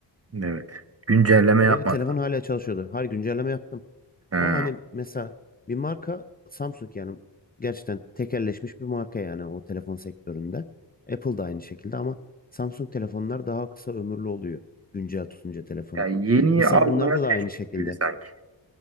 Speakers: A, on the right; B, on the left.
A: evet. Güncelleme yapmadı.
B: Ve telefon hala çalışıyordu. Her güncelleme yaptım.
A: Ha.
B: Ama hani mesela bir marka Samsung yani gerçekten tekelleşmiş bir marka yani o telefon sektöründe. Apple da aynı şekilde ama Samsung telefonlar daha kısa ömürlü oluyor güncel tutunca telefonu.
A: Yani yeniyi
B: Mesela
A: almaya
B: bunlarda da
A: teşvik
B: aynı şekilde.
A: gibi sanki.